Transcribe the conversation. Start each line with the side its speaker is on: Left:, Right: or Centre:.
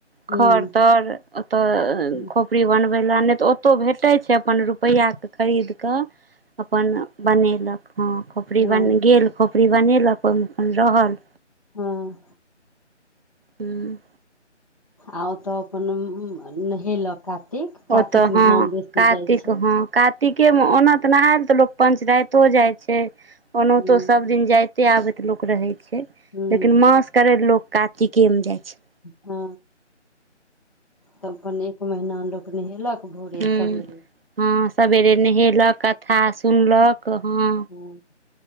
Left: हूँ
Right: खर तर ओतऽ
Left: हूँ
Right: खोपड़ी बनबै लए नहि तऽ ओतहु भेटै छै अपन रुपैआके खरीद कऽ अपन बनेलक हँ खोपड़ी
Left: हँ
Right: बन गेल खोपड़ी बनेलक ओहिमे अपन रहल
Left: हँ
Right: हूँ
Left: आ ओतऽ अपन नहेलक कातिक कातिक
Right: ओ तऽ हँ
Left: महिनामे बेसी
Right: कातिक
Left: जाइ छै
Right: हँ कातिकेमे
Left: हूँ
Right: ओना जेना आब तऽ लोग पंचराइतो जाय छै ओनाहितो
Left: हूँ
Right: सब दिन जाते आबेत लोक रहे छै
Left: हँ
Right: लेकिन मास करे ले लोक कातिके में जाय छै
Left: हँ त अपन एक महीना लोक नहेलक भोरे
Right: हूँ
Left: सबेरे
Right: हँ सवेरे नहेलक कथा सुनलक हँ
Left: फून <inaudible>